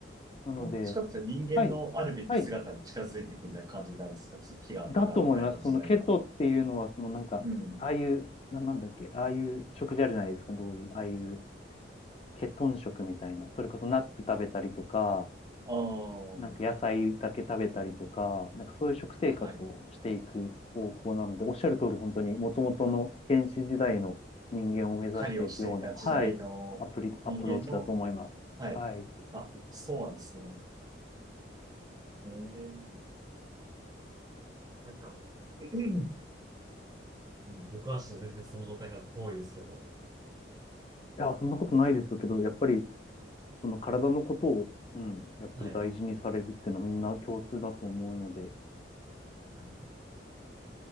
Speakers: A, on the left; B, on the right.
A: なので、
B: どっちかっていうと人間のあるべき姿に近づいていくみたいな感じになるんですか気があったような時代は。
A: はい、はい、だと思います。そのケトっていうのは、そのなんか、
B: うん。
A: ああいう、な、なんだっけ、ああいう食事あるじゃないですか、どういう、ああいうケトン食みたいな、それこそナッツ食べたりとか、
B: ああ、
A: なんか野菜だけ食べたりとか、なんかそういう食生活をしていく方向なので、
B: はい。
A: おっしゃる通り本当に元々の原始時代の人間を目指していくような、
B: 狩りをしていた時代の人間の、
A: はい、アプリ、アプローチだと思います。
B: はい。
A: はい。い
B: あ、そうなんですね。ええなんか、うん僕はちょっと全然その状態から遠いですけど、
A: や、そんなことないですけど、やっぱりその体のことを、うん、やっぱり大事にされるっていうのはみんな共通だと思うので、
B: はい。あのい